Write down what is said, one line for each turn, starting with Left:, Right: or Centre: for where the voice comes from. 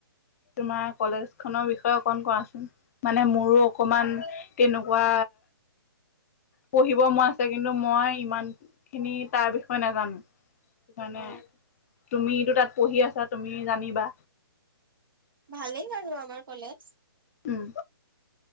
Left: তোমাৰ কলেজ খনৰ বিষয়ে অকন কোৱাচোন? মানে মোৰো অকমান তেনেকুৱা পঢ়িব মন আছে কিন্তু মই ইমান খিনি তাৰ বিষয়ে নাজানো। সেইকাৰণে
Right: অ
Left: তুমিতো তাত পঢ়ি আছা তুমি জানিবা।
Right: ভালেই বাৰু আমাৰ কলেজ।
Left: উম,